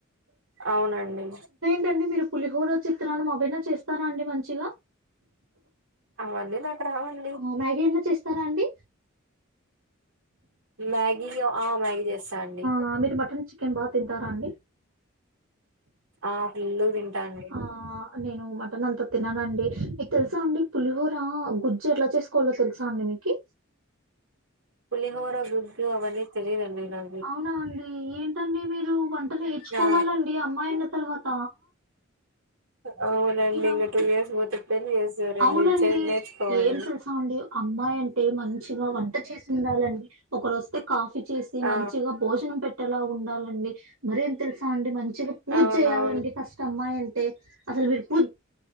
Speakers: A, on the right (about 65°); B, on the right (about 80°).
A: అవునండి
B: టండి మీరు పులిహోర చిత్రాన్నం అవి అయిన చేస్తారా అండి మంచిగా
A: అవన్నీ నాకు రావండి
B: మ్మ్ మ్యాగీ అన్నా చేస్తారా అండి
A: మ్యాగీ ఆ మ్యాగీ చేస్తా అండి
B: ఆ మీరు మటన్ చి కెన్ బాగా తింటార అండి
A: ఆ దిండుగ తింటాండి
B: ఆ! నేను మటన్ అంత తిననండి. మీక్ తెలుసా అండి పులిహోర గుజ్జు ఎట్ల చేసుకోవాలో తెలుసా అండి మీకీ?
A: పులిహోర గుజ్జు అవన్నీ తెలిదండి నా
B: అవునా అండి, ఏంటండి మీరు వంట నేర్చుకోవాలండి
A: ఆ
B: అమ్మాయన్న తర్వాత.
A: అవునండి
B: ఇలా
A: ఇంక
B: ఉంటే
A: టూ ఇయర్స్ పోతే పెళ్ళి చేసారండి
B: అవునండి.
A: చే నేర్చుకోవాలి.
B: ఏం తెలుసా అండి అమ్మాయి అంటే మంచిగా వంట చేసి ఉండాలండి ఒకరు వస్తే కాఫీ చేస్ చి
A: ఆ
B: మంచిగ భోజనం పెట్టేలా ఉండాలండి, మరేం తెలుసా అండి మంచిగ పూజ్
A: అవునవునుండి
B: చేయాలండి ఫస్ట్ అమ్మాయి అంటే అసల్ వీల్ పూజ్